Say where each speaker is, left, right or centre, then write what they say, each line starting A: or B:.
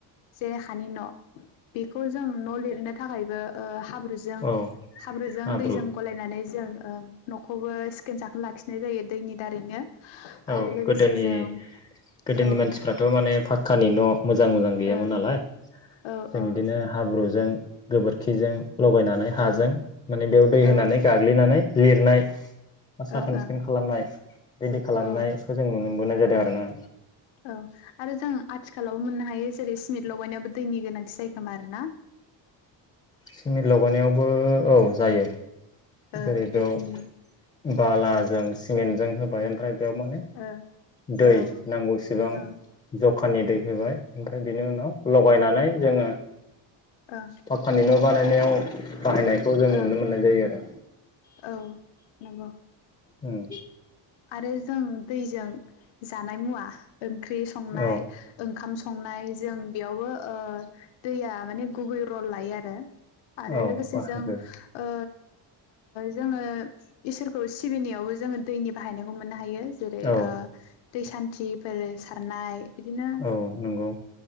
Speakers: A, on the left; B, on the left.
A: जे हानि न' बेखौ जों न' लिरनो थाखायबो ओ हाब्रुजों
B: औ
A: हाब्रुजों
B: हाब्रु
A: दैजों गलायनानै जों ओ न'खौबो सिखोन-साखोन लाखिनाय जायो दैनि दारैनो।
B: औ
A: आरो लोगोसे
B: गोदोनि
A: जों
B: गोदोनि
A: औ
B: मानसिफ्राथ' माने फा खानि न' मोजां मोजां गैयामोन
A: ओ
B: नालाय
A: औ
B: जों
A: ओ औ
B: बिदिनो हाब्रु जों गोबोरखिजों लगायनानै
A: ओं
B: हाजों माने बेयाव दै होनानै
A: ओं
B: गाग्लिनानै लिरनाय बा
A: ओं
B: साखोन-सिखोन
A: ओं
B: खालामनाय बिदि खालामनायखौ
A: औ
B: जों मोनबोनाय जादों आरो ना।
A: औ आरो जों आथिखालावबो मोननो हायो जेरै सिमेन्ट लगायनायावो दैनि गोनांथि जायो खोमा आरो ना।
B: सिमेट लगानायावबो औ जायो।
A: ओं
B: जेरै बेयाव
A: दैनि
B: बालाजों सिमेन्टजों होबाय ओमफ्राय बेयाव माने
A: ओ
B: दै
A: औ
B: नांगौ सिबां
A: औ
B: ज खानि दै होबाय ओमफ्राय बेनि उनाव लगायनानै जोंङो
A: औ
B: फाखानि न' बानायनायाव बाहायनायखौ
A: ओ
B: जों नुनो मोननाय जायो आरो
A: औ नंगौ
B: ओं
A: आरो जों दैजों जानाय मुवा ओंख्रि संनाय
B: औ
A: ओंखाम संनाय संनाय जों बेयावबो ओ दैया माने गुबै रल लायो आरो आरो
B: औ
A: लोगोसे
B: बाहागो
A: जों ओ जोंङो इसोरखौ सिबिनायावबो जोंङो दैनि बाहायखौ मोन हायो जेरै
B: औ
A: दै सान्थिफोर सारनाय बिदिनो
B: औ नंगौ